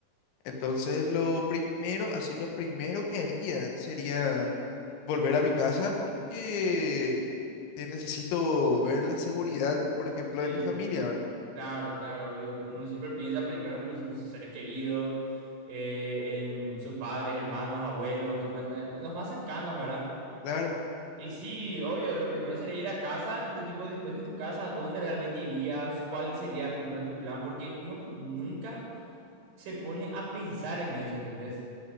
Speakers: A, on the left; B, on the right.
A: Entonces, lo primero, así, lo primero que haría sería volver a mi casa porque eh, necesito ver la seguridad, por ejemplo,
B: sí,
A: de mi familia, ¿verdad?
B: Claro, claro, obvio. Uno
A: Mm.
B: siempre piensa primero en, mis- en sus seres queridos, eh, en sus padres, hermanos, abuelos, tipo en, el- en los más cercanos, ¿verdad?
A: Claro.
B: Y sí, obvio, lo primero sería ir a casa, pero tipo después de tu casa, ¿a dónde realmente irías? ¿Cuál sería primero tu plan? Porque uno pues, nunca se pone a pensar en eso, ¿entendés?